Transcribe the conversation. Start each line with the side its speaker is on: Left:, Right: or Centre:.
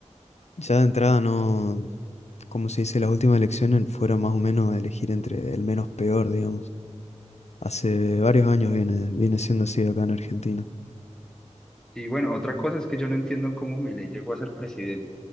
Left: Ya de entrada no, como se dice, las últimas elecciones fueron más o menos a elegir entre el menos peor, digamos. Hace varios años
Centre: Y
Left: viene, viene siendo así acá en Argentina.
Centre: y bueno, otra cosa es que yo no entiendo cómo Milei llegó a ser presidente.